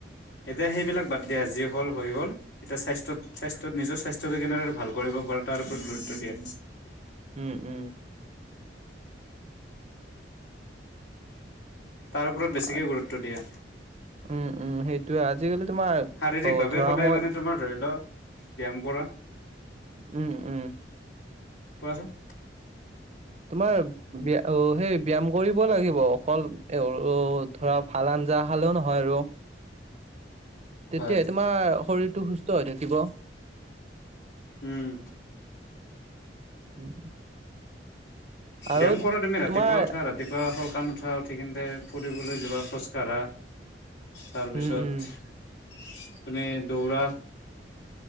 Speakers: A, on the left; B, on the right.
A: এতিয়া সেইবিলাক বাদ দিয়া যি হ'ল হৈ গল। এতিয়া স্বাস্থ্যত - স্বাস্থ্যত নিজৰ স্বাস্থ্যটো কেনেদৰে ভাল কৰিব পাৰে তাৰ ওপৰত গুৰুত্ব দিয়ে।
B: উম উম।
A: তাৰ ওপৰত বেছিকে
B: আ-
A: গুৰুত্ব দিয়া।
B: উম উম সেইটোৱে আজিকালি তোমাৰ
A: শাৰীৰিক
B: অ
A: ভাৱে
B: ধৰা
A: সদায়
B: মই
A: মানে তোমাৰ ধৰি ল ব্যায়াম কৰা।
B: উম উম।
A: কোৱাচোন?
B: তোমাৰ ব্যা অ সেই ব্যায়াম কৰিব লাগিব, অকল তে সৰু ধৰা ভাল আঞ্জা খালেও নহয় আৰু। তেতিয়াহে
A: হয়
B: তোমাৰ শৰীৰটো সুস্থ হৈ থাকিব।
A: উম।
B: উম। আৰু
A: ব্যায়াম কৰা তুমি ৰাতিপুৱা
B: তোমাৰ
A: উঠা ৰা তিপুৱা সোনকান উঠা, উঠি কিনতে ফুৰিবলৈ যোৱা, খোজকাঢ়া তাৰপিছত
B: উম উম
A: তুমি দৌৰা